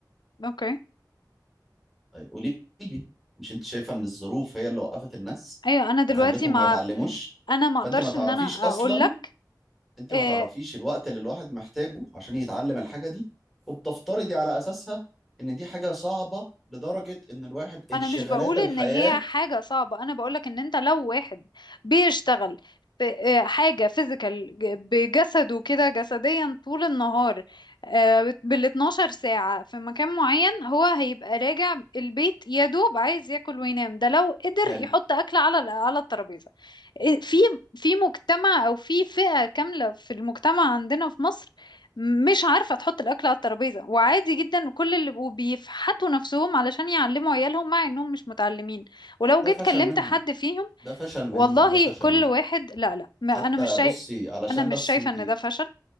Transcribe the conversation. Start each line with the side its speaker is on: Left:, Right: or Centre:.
Left: اوكي
Centre: طيب قولي لي مش انت شايفه ان الظروف هي اللي وقفت الناس
Left: ايوه انا دلوقتي
Centre: وخلتهم
Left: مع
Centre: ما يتعلموش
Left: انا ما
Centre: فانت
Left: اقدرش
Centre: ما تعرفيش
Left: ان انا
Centre: اصلا
Left: اقول لك
Centre: انت
Left: آه،
Centre: ما تعرفيش الوقت اللي الواحد محتاجه عشان يتعلم الحاجه دي وبتفترضي على اساسها ان دي حاجه صعبه لدرجه ان الواحد انشغالات
Left: انا مش بقول
Centre: الحياه
Left: ان هي حاجة صعبة انا بقولك ان انت لو واحد بيشتغل في آه، حاجة فيزيكال بجسده كده جسديا طول النهار بال 12 ساعة في مكان معين هو هيبقى راجع البيت يا دوب عايز ياكل وينام ده لو قدر
Centre: حلو
Left: يحط اكل على على الترابيزة آه، في في مجتمع او في فئة كاملة في المجتمع عندنا في مصر مش عارفة تحط الأكل على الترابيزة وعادي جدا كل اللي وبيفحتوا نفسهم علشان يعلموا عيالهم مع إنهم مش متعلمين ولو
Centre: ده
Left: جيت
Centre: فشل
Left: كلمت
Centre: منهم
Left: حد فيهم
Centre: ده فشل منهم
Left: والله
Centre: ده فشل
Left: كل
Centre: منهم
Left: واحد لا لا ما
Centre: حتى
Left: أنا مش شايف
Centre: بصي علشان
Left: أنا مش
Centre: بس
Left: شايفة
Centre: انت
Left: إن ده فشل